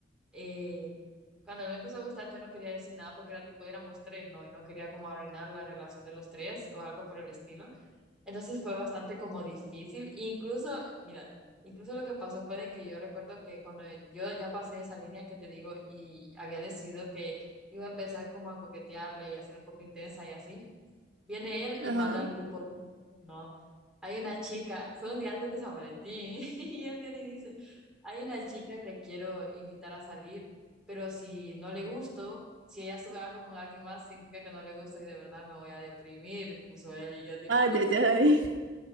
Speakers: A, in the centre; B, on the right (about 80°).
A: eh, cuando él me empezó a gustar, yo no quería decir nada porque era tipo, éramos tres, ¿no? Y no quería como arruinar la relación de los tres o algo por el estilo. Entonces fue bastante como difícil. E incluso, mira, incluso lo que pasó fue de que yo recuerdo que cuando yo ya pasé esa línea que te digo y había decidido que iba a empezar como a coquetearle y a ser un poco intensa y así. Viene él
B: Ajá.
A: y manda al grupo, no, hay una chica, fue un día antes de San Valentín, <laughs> y él viene y dice, hay una chica que quiero invitar a salir, pero si no le gusto, si ella sube algo con alguien más, significa que no le gusto y de verdad me voy a deprimir, puso él y yo tipo,
B: Ay,
A: no
B: ay,
A: puedes.
B: ay.